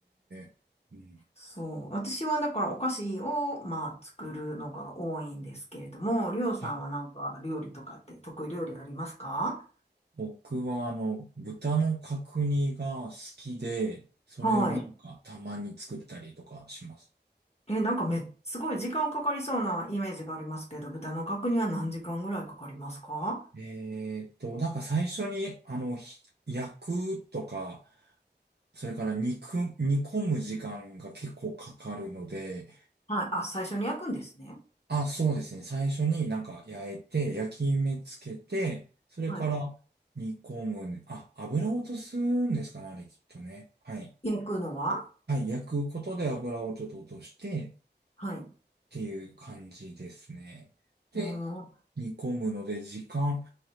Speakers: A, on the right; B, on the left.
A: え。うん。
B: そう。私はだからお菓子を、まあ、作るのが多いんですけれども、りょうさんはなんか料理とかって得意料理ありますか
A: はい僕は、あの、豚の角煮が好きで、それをなんかたまに作ったりとかします。
B: はい。え、なんかめ、すごい時間かかりそうなイメージがありますけど、豚の角煮は何時間ぐらいかかりますか
A: えーっと、なんか最初に、あの、ひ焼くとか、それから肉、煮込む時間が結構かかるので、
B: はい。あ、最初に焼くんですね。
A: あ、そうですね。最初になんか焼いて、焼き目つけて、それから煮込むねあ、
B: はい。
A: 油を落とすんですかね、あれきっとね。はい。
B: 焼くのは
A: はい。焼くことで油をちょっと落としてっ
B: はい。う
A: ていう感じですね。で、
B: ーん
A: 煮込むので時間、